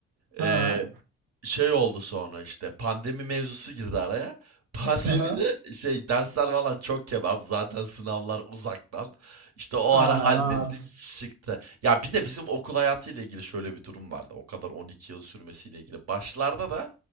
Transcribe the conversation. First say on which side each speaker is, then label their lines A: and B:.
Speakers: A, on the right; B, on the right.
A: Ha.
B: Ee, şey oldu sonra işte pandemi mevzusu girdi araya. <laughs> Pandemide
A: Aha.
B: şey dersler falan çok kebap. Zaten sınavlar uzaktan. İşte o
A: Ha,
B: ara hallettim
A: rahat.
B: çıktı. Ya bir de bizim okul hayatıyla ilgili şöyle bir durum vardı. O kadar 12 yıl sürmesiyle ilgili. Başlarda da